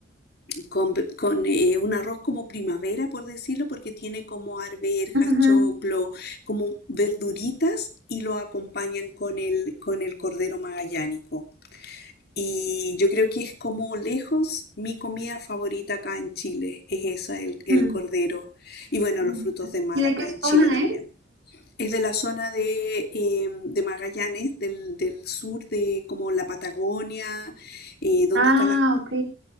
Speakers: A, on the left (about 55°); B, on the right (about 80°).
A: con, con eh, un arroz como primavera, por decirlo, porque tiene como arvejas,
B: Ujú,
A: choclo, como verduritas y lo acompañan con el, con el cordero magallánico. Y yo creo que es como lejos mi comida favorita acá en Chile, es esa, el, el
B: ujú,
A: cordero. Y bueno,
B: ujú.
A: los frutos de mar
B: ¿Y de
A: acá
B: qué
A: en Chile
B: zona
A: también.
B: es?
A: Es de la zona de, eh, de Magallanes, del, del sur de como la Patagonia, eh, donde
B: Ah,
A: están las
B: ok.